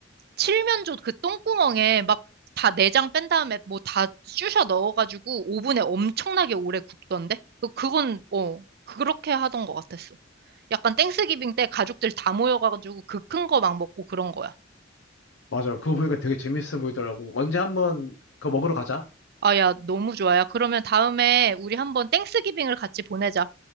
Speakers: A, on the right; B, on the left.
A: 칠면조 그 똥구멍에 막 다 내장 뺀 다음에 뭐 다 쑤셔 넣어가지고 오븐에 엄청나게 오래 굽던데? 그- 그건, 어, 그렇게 하던 것 같았어. 약간 땡스기빙 때 가족들 다 모여가지고 그 큰 거 막 먹고 그런 거야.
B: 맞아. 그거 보니까 되게 재밌어 보이더라고. 언제 한번 그거 먹으러 가자.
A: 아, 야, 너무 좋아. 야, 그러면 다음에 우리 한번 땡스기빙을 같이 보내자.